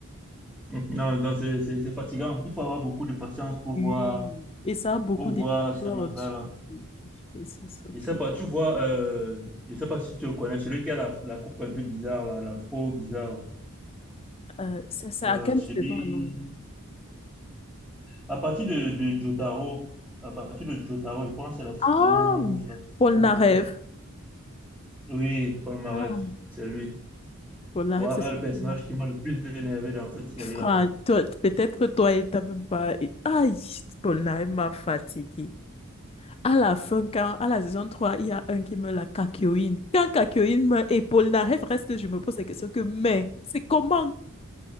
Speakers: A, in the centre; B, on the left.
A: <laughs> euh, non, c'est c'est- c'est fatigant. Il faut avoir beaucoup de patience pour
B: Oui.
A: voir,
B: Et ça a beaucoup
A: pour
B: d'épisodes.
A: voir ces mangas-là.
B: Ça, ça, ça,
A: Je
B: faut-
A: sais pas, tu vois, euh, je sais pas si tu le connais, celui qui a la, la coupe un peu bizarre, la, la faux bizarre.
B: Euh, ça ça
A: Euh,
B: à quelle
A: celui,
B: saison alors?
A: à partir de, de Jotaro, à partir de Jotaro, je pense que c'est la saison,
B: Ah,
A: c'est la saison.
B: Paul Narev.
A: non Oui, Paul Maref,
B: Ah,
A: c'est lui.
B: Paul Narev,
A: Voilà
B: c'est celui
A: le personnage
B: qui m'a-
A: qui m'a le plus énervé dans cette série-là.
B: Franck, toi, peut-être toi et t'as même pas. Aïe, Paul Narev m'a fatiguée. À la fin, quand, à la saison 3, il y a un qui meurt, la Kakyoin. Quand Kakyoin meurt et Polnareff reste, je me pose la question que, mais, c'est comment?